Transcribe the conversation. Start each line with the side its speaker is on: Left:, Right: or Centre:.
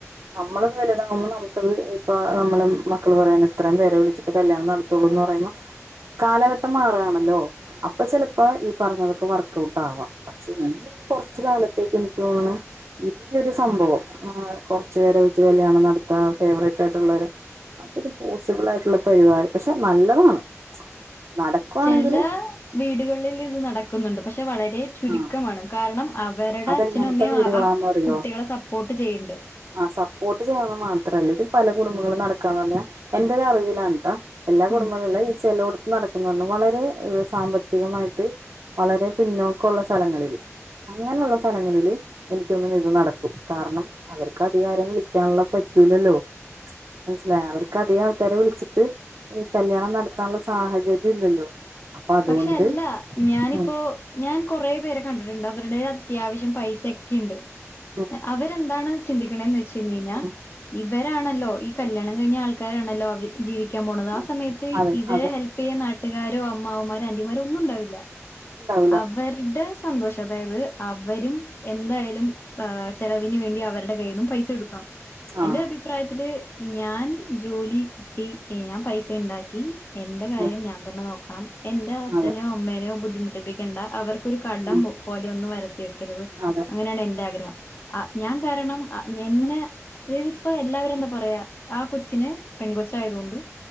Right: നമ്മളത് വലുതാങ്ങുമ്പോൾ നമുക്കത് ഇപ്പ നമ്മള് മക്കള് പറയണ ഇത്രയും പേരെ വിളിച്ചിട്ട് കല്യാണം നടത്തുള്ളൂ എന്ന് പറയുമ്പോ കാലഘട്ടം മാറുകയാണല്ലോ അപ്പൊ ചെപ്പോ ഈ പറഞ്ഞതൊക്കെ വർക്ക്ഔട്ട് ആവാം പക്ഷെ ഇഈ ഒരു കൊറച്ച കാലത്തേക്ക് എനിക്ക് തോന്നുന്നു ഇയ്യൊരു സംഭവം ആ കോ ച്കുറച്ച് പേരെ വെച്ച് കല്യാണം നടത്ത ഫേവററ്റ് ആയിട്ടുള്ളവരു അതൊരു പോസിബിൾ ആയിട്ടുള്ള പരിപാടി പക്ഷെത് നല്ലതാണ് നടക്കുവാണെങ്കില്
Left: ചില വീടുകളിൽ ഇത് നടക്കുന്നുണ്ട് പക്ഷെ വളരെ ചുരുക്കമാണ്
Right: ആ
Left: കാരണം അവരുടെ
Right: അതെങ്ങനത്തെ
Left: അച്ഛനും അമ്മയും
Right: വീടുകളാന്ന്
Left: ആ ആ
Right: പറിയോ
Left: കുട്ടികളെ സപ്പോർട്ട് ചെയ്യ്ണ്ട്
Right: ആ സപ്പോർട്ട് ചെയ്യ മാത്രല്ല ഇ പല കുടുംബങ്ങൾ നടക്കാന്ന് പറഞ്ഞ എന്റെ അറിവിലാണ് കേട്ടോ എല്ലാ കുടുംബങ്ങളും
Left: ഉം
Right: ഈ ചെല കൊടുത്ത നടക്കുന്ന പറ വളരെ സാമ്പത്തികമായിട്ട് വളരെ പിന്നോക്കള്ള സ്ഥലങ്ങളിൽ അങ്ങനെയുള്ള സ്ഥലങ്ങളില് എനിക്കൊന്നും ഇത് നടക്കും കാരണം അവർക്ക് അധിക ആരും വിളിക്കാനുള്ള പറ്റൂില്ലല്ലോ മനസ്സിലായ അവർക്ക് അധികം ആൾക്കാരെ വിളിച്ചിട്ട് കല്യാണം നടത്താനുള്ള സാഹചര്യം ഇല്ലല്ലോ അപ്പൊ അതുകൊണ്ട്
Left: പക്ഷെ അല്ല ഞാനിപ്പോ
Right: ഉം
Left: ഞാൻ കൊറെ പേരെ കണ്ടിട്ടുണ്ട് അവരുടെ അത്യാവശ്യം പൈസ ഒക്കെയ ഉണ്ട്
Right: ഉം
Left: അവരെന്താണ് ചിന്തിക്കെണെന്ന് വെഞ്ച് നീന
Right: ഉം
Left: ഇ ഇവരാണല്ലോ ഈ കല്യാണം കഴിഞ്ഞ ആൾക്കാരാണല്ലോ അവർ ജീവിക്ക ൻ പോണത് ആ
Right: ഉം
Left: സമയത്ത്
Right: അതെ
Left: ഇവരെ
Right: അതെ
Left: ഹെൽപ് ചെയ്യാൻ ന നട്ട്കാരു അവ് അമ്മാവൻമാരും ആന്റിമാരും ഒന്നും ഉണ്ടാവില്ല.
Right: ഉണ്ടാവൂല
Left: അവരുടേ സ് സന്തോഷം അതായത് അവരും എന്തായാലും ആഹ് ചെലവിന് വേണ്ടി അവരുടെ കയ്യിൽ നിന്നും പൈസ എടുക്കണം എന്റെ
Right: ആഹ്
Left: അഭിപ്രായത്തില് ഞാൻ ജോലി കിട്ടി എ ഞാൻ പൈസ ഇണ്ടാക്കി എന്റെ കാര്യം
Right: ഉം
Left: ഞാൻ തന്നെ നോക്ക <unintelligible> എന്റെ അച്ഛനെയോ
Right: അതെ
Left: അമ്മേനെയോ ബുദ്ധ് ബുദ്ധിമുട്ടിപ്പിക്കണ്ട അവർക്ക് ഒരു കടം
Right: ഉം
Left: പോലെ ഒന്നും വരത്തി വെക്കരുത്
Right: അതെ
Left: അങ്ങനെയാണ് എന്റെ ആഗ്രഹം ആ ഞാൻ കാരണം അ എന്നെ അതായത് ഇപ്പോ എല്ലാവരും എന്താ പറയാ ആ കൊച്ചിനെ പെൺ കൊച്ചി ആയതുകൊണ്ട്